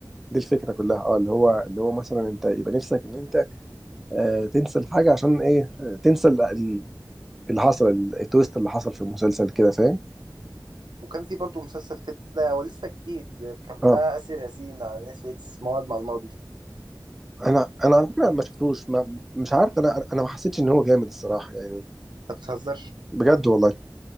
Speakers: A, in the centre; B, on the right (about 70°).
A: دي الفكره كلها اه اللي هو اللي هو مثلا انت يبقى نفسك ان انت آه تنسى الحاجه عشان ايه آه تنسى ال- ال- اللي حصل ال- التويست اللي حصل في المسلسل كده فاهم
B: وكان في برضه مسلسل كده هو لسه جديد آه، كان
A: اه
B: بتاع آسر ياسين على نتفليكس موعد مع الماضي
A: انا انا
B: آه،
A: على فكره ما شفتوش ما مش عارف انا انا ما حسيتش ان هو جامد الصراحه يعني
B: أنت بتهزر
A: بجد والله